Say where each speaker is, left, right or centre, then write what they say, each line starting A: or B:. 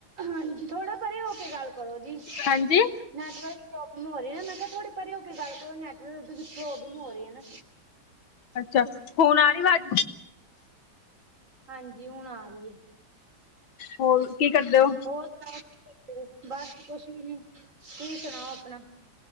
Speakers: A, on the right; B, on the left.
A: ਹਾਂਜੀ, ਥੋੜਾ ਪਰੇ ਹੋ ਕੇ ਗੱਲ ਕਰੋ ਜੀ।
B: ਹਾਂਜੀ
A: ਨੈਟਵਰਕ ਪ੍ਰੋਬਲਮ ਹੋ ਰਹੀ ਨਾ ਮੈਂ ਕਿਹਾ ਥੋੜੇ ਪਰਰੇ ਹੋ ਕੇ ਗੱਲ ਕਰੋ ਨੈਟਵਰਕ ਪ੍ਰੋਬਲਮ ਹੋ ਰਹੀ ਹੈ ਨਾ।
B: ਅੱਛਾ, ਹੁਣ ਆ ਰੀ ਵਾਜ?
A: ਹਾਂਜੀ, ਹੁਣ ਆ ਰੀ ਏ।
B: ਹੋਰ ਕੀ ਕਰਦੇ ਓ?
A: ਹੋਰ <unintelligible> ਬਸ ਕੁਛ ਵੀ ਨੀ, ਤੁਸੀ ਸੁਨਾਓ ਅਪਨਾ।